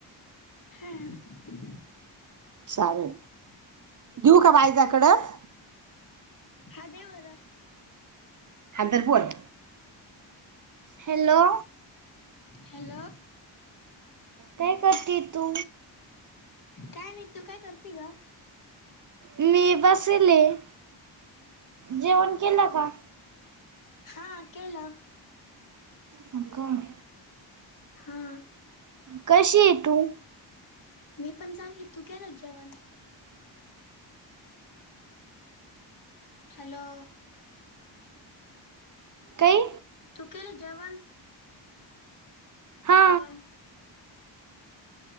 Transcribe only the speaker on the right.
चालेल देऊ का बायजा
कडं?
हा धर बोलं. हॅलो!
काय करती तू?
मी बसेल आहे, जेवण केलं का?
हा काय?
कशी आहेे तू?
कई.
हा